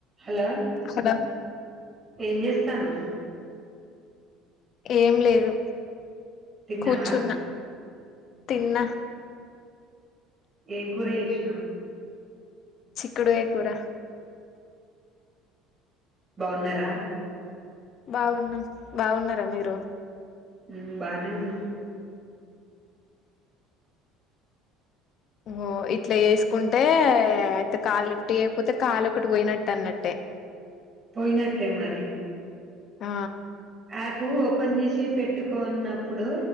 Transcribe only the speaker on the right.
హలో
ఏం జేస్తన్నావ్
తిన్నావా
ఏం కూర చేసినవ్
బాగున్నారా
మ్మ్ బానే ఉన్నాం
పోయినట్టే మరి
యాపూ ఓపెన్ చేసి పెట్టుకోన్నప్ ప్పుడు